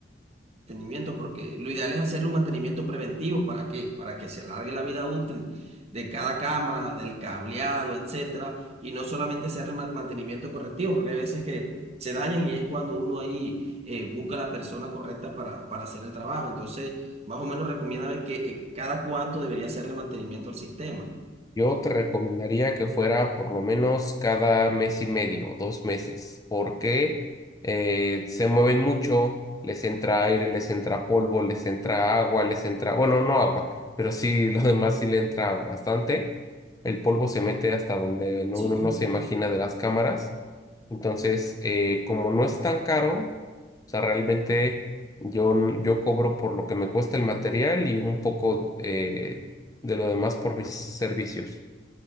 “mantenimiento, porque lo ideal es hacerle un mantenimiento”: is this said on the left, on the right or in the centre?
Right